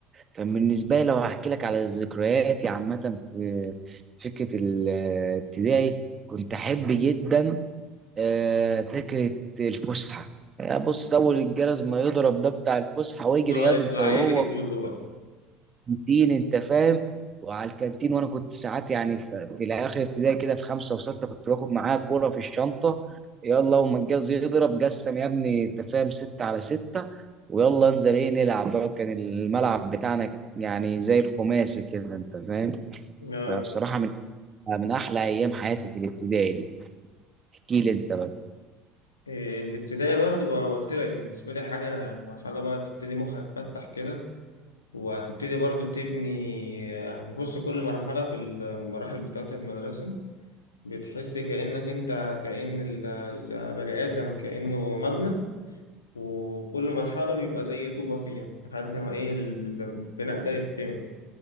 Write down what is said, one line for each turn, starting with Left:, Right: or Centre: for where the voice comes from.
Right: كان بالنسبه لي لو هحكي لك على ذكرياتي عامه في فكره الابتدائي كنت احب جدا آه، فكره الفسحه آه، بص اول الجرس ما يضرب ده بتاع الفسحه ويجري
Left: هو
Right: ياض
Left: يطلع
Right: انت وهو
Left: يجري كله بقى
Right: الكانتين انت فاهم وعلى الكانتين وانا كنت ساعات يعني في, في الاخر ابتدائي كده في خمسه وسته كنت باخد معايا كوره في الشنطه يلا وما الجاز يضرب قسم يا ابني انت فاهم سته على سته ويلا انزل ايه نلعب بقى كان الملعب بتاعنا يعني زي الخماسي كده انت فاهم
Left: آه،
Right: فبصراحه من من احلى ايام حياتي في الابتدائي دي احكي لي انت بقى
Left: إيه، الابتدائي برضه بقى قلت لك بالنسبة لي حاجة يعني مرحلة بقى تبتدي مخك يتفتح كده وهتبتدي برضه تبني يعني بص كل مرحلة في المراحل بتاعة المدرسة بتحس كأنك أنت كأن ال- البني آدم كأنه مبنى وكل مرحلة بيبقى زي طوبة فيها لحد ما إيه البناء ده يكتمل